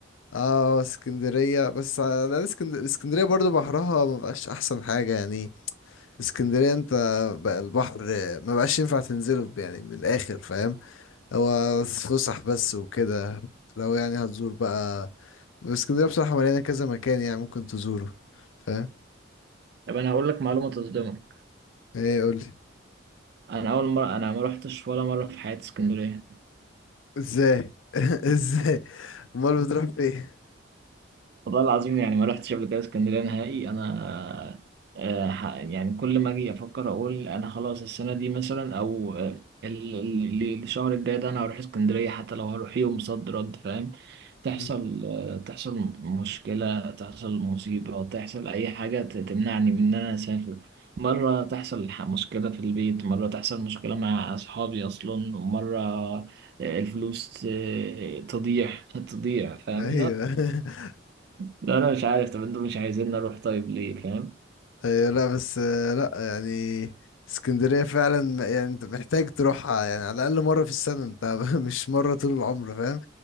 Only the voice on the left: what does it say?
اه اسكندريه بس انا اسكندريه اسكندريه برضو بحرها ما بقاش احسن حاجه يعني اسكندريه انت بقى البحر آه، ما بقاش ينفع تنزله يعني من الاخر فاهم هو فسح بس وكده لو يعني هتزور بقى اسكندريه بصراحه مليانه كذا مكان يعني ممكن تزوره فاهم
ايه قولي
ازاي <laughs> ازاي امال بتروح فين
مم.
ايوه <laughs>
ايوه لا بس آه، لا يعني اسكندرية فعلا م- يعني انت محتاج تروحها يعني على الاقل مرة في السنة انت <laughs> مش مرة طول العمر فاهم